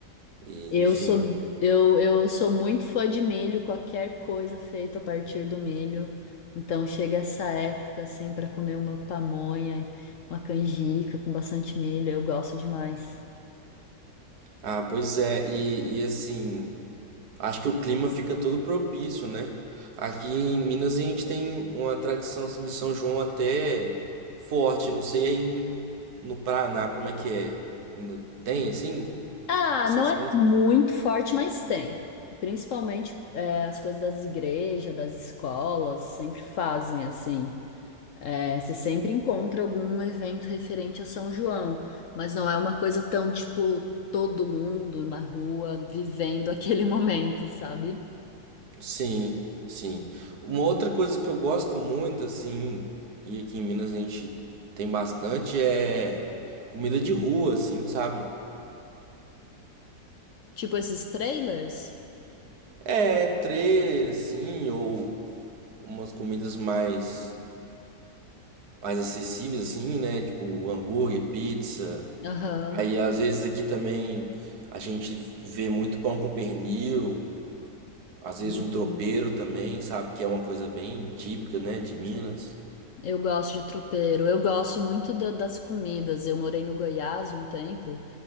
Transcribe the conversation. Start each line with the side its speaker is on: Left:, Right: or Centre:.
Right: E,
Left: eu
Right: enfim.
Left: sou eu, eu sou muito fã de milho, qualquer coisa feita a partir do milho. Então chega essa época assim para comer uma pamonha, uma canjica com bastante milho, eu gosto demais.
Right: Ah, pois é, e, e assim, Acho que o clima fica todo propício, né? Aqui em Minas a gente tem uma tradição assim, de São João até forte. Não sei aí em- no Paraná como é que é. Ainda Tem assim
Left: Ah,
Right: essas
Left: não é
Right: festas?
Left: muito forte, mas tem. Principalmente é, as coisas das igrejas, das escolas, sempre fazem assim. É, você sempre encontra algum evento referente a São João, mas não é uma coisa tão tipo todo mundo na rua vivendo aquele <laughs> momento, sabe?
Right: Sim, sim. Uma outra coisa que eu gosto muito assim, e aqui em Minas a gente tem bastante é comida de rua, assim, sabe?
Left: Tipo esses trailers.
Right: É trailer assim ou umas comidas mais mais acessíveis, assim, né? Tipo, hambúrguer, pizza.
Left: Aham.
Right: Aí, às vezes, aqui também a gente vê muito pão com pernil. Às vezes,
Left: Uhum.
Right: um tropeiro também, sabe? Que é uma coisa bem típica, né? De Minas.
Left: Eu gosto de tropeiro. Eu gosto muito da- das comidas. Eu morei no Goiás um tempo